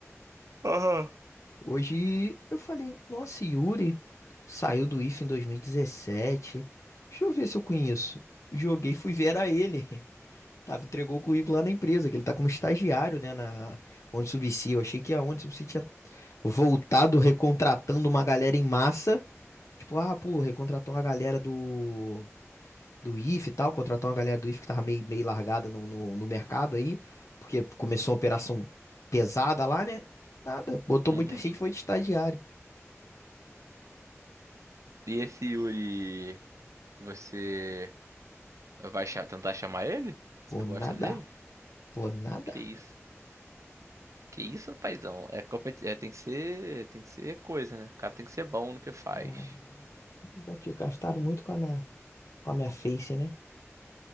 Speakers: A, on the right; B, on the left.
A: Aham.
B: Hoje eu falei, nossa, Yuri saiu do IF em 2017. Deixa eu ver se eu conheço. Joguei, fui ver, era ele. Tava, entregou o currículo lá na empresa, que ele tá como estagiário, né, na Onde Subsea. Eu achei que a Onde Subsea tinha voltado recontratando uma galera em massa. Tipo, ah, pô, recontratou uma galera do, do Ife e tal, contratou uma galera do Ife que tava meio, meio largada no, no, no mercado aí, porque começou uma operação pesada lá, né? Nada, botou
A: Uhum.
B: muita gente, foi de estagiário.
A: E esse Yuri, você vai cha- tentar chamar ele? Você
B: Pô,
A: gosta
B: nada,
A: dele?
B: pô, nada.
A: Que isso? Que isso, paizão? É, competi- é, tem que ser, tem que ser coisa, né? O cara tem que ser bom no que faz.
B: Ah, já te gastaram muito com a minha, com a minha face, né?